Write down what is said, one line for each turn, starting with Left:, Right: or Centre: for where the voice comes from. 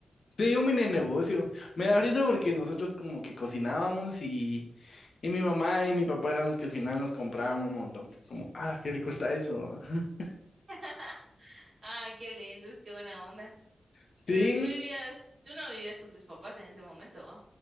Left: Sí, un mini negocio. Me da risa porque nosotros como que cocinábamos y Y mi mamá y mi papá eran los que al final nos compraban un montón. Como, ah, qué rico está eso. <laughs>
Right: <laughs> Ay, qué lindos, qué buena onda.
Left: Sí,
Right: Pero tú vivías, tú no vivías con tus papás en ese momento, ¿ah?